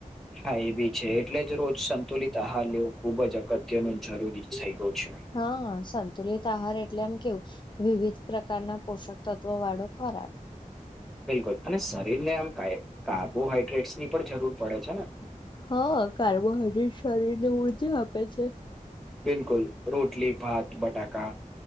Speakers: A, in the centre; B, on the left.
A: હા એ બી છે એટલે જ રોજ સંતુલિત આહાર લેવો ખુબ જ અગત્યનું જરૂરી થઈ ગયું છે.
B: હા સંતુલિત આહાર એટલે એમ કેવું. વિવિધ પ્રકારના પોષક તત્વો વાળો ખોરાક
A: બિલકુલ અને શરીર ને આમ કાર્બોહાઈડ્રેટ્સ ની પણ જરૂર પડે છે ને.
B: હા કાર્બોહાઈડ્રેટ શરીર ને ઉર્જા આપે છે.
A: બિલકુલ રોટલી ભાત બટાકા